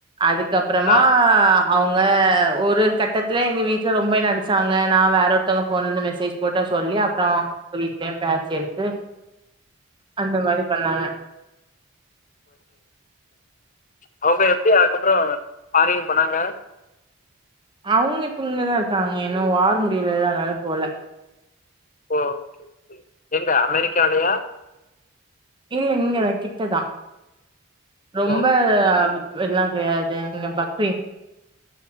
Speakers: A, on the right; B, on the left.
A: அதுக்கப்பற‌மா
B: ஆ,
A: அவ்ங்க ஒரு கட்டத்துல எங்க வீட்டுல ரொம்ப என்ன அடிச்சாங்க நா வேறோர் த்தவ்ங்க போன்ல இருந்து மெசேஜ் போட்டே சோ அதுலே சொல்லி அப்றோ வீட்லே பேசி எடுது அந்த மாரி பண்ணாங்க
B: அவுங்க எப்டி அதுக்கப்பறோ ஃபாரின் போனாங்களா
A: அவுகளு இப்ப இங்கதா இருக்காங்க இன்னு வார் முடியலல அதனால போல
B: ஓ ஓகே ஓகே எங்க அமெரிக்காலையா
A: இல்ல இங்க கிட்டதா ரொம்ப
B: ஓ!
A: வெல்லாங் கெடையாது இங் க பஹ்ரெய்ன்